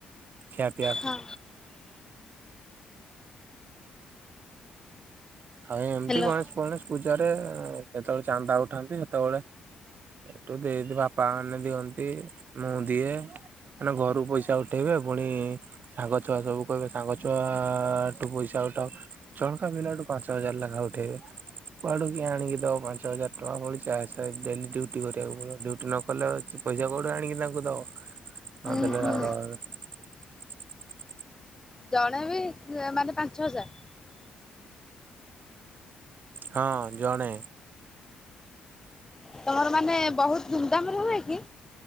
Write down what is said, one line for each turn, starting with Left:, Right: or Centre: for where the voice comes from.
Right: ଖିଆ ପିଇବା
Left: ହଁ
Right: ପାଇଁ। ହଁ ଏମିତି
Left: ହ୍ୟାଲୋ
Right: ଗଣେଶ ପଣେଶ ପୂଜ୍ ପୂଜାରେ କେତେବେଳେ ଚାନ୍ଦା ଉଠାନ୍ତି ସେତେବେଳେ ଏଇଠୁ ଦେଇ ବାପା ମାନେ ଦିଅନ୍ତି ମୁଁ ଦିଏ ମାନେ ଘରୁ ପଇସା ଉଠେଇବେ ପୁଣି ସାଙ୍ଗ ଛୁଆ ସବୁ କହିବେ ସାଙ୍ଗ ଛୁଆଠୁ ପଇସା ଉଠାଅ ଜଣକା ପିଲାଠୁ ପାଞ୍ଚ ହଜାର ଲେଖା ଉଠେଇବେ କୁଆଡୁ କିଏ ଆଣିକି ଦବ ପାଞ୍ଚ ହଜାର ଟଙ୍କା ପ ଚାଶହ ଡେଲି ଡୁଟି କରିବାକୁ ପଡିବ ଡୁଟି ନକଲେ ପଇସା କୋଉଠୁ ଆଣିକି ତାଙ୍କୁ ଦବ
Left: ହୁଁ
Right: ନଦେଲେ
Left: ହୁଁ
Right: ରାଉ ରାଉ ହେବେ।
Left: ଜଣେ ବି ମାନେ ପାଞ୍ଚ ହଜାର।
Right: ହଁ ଜଣେ।
Left: ତମର ମାନେ ବହୁତ ଧୁମ୍ ଧାମ୍ ରେ ହୁଏ କି?